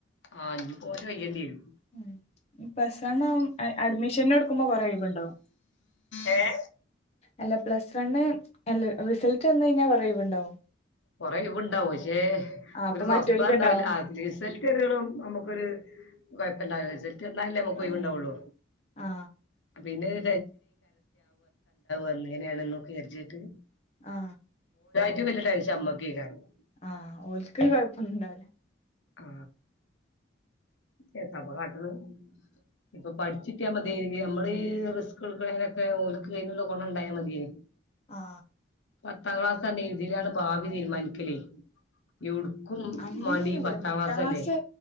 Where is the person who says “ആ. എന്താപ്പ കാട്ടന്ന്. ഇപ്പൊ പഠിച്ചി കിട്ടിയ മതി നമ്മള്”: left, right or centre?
Left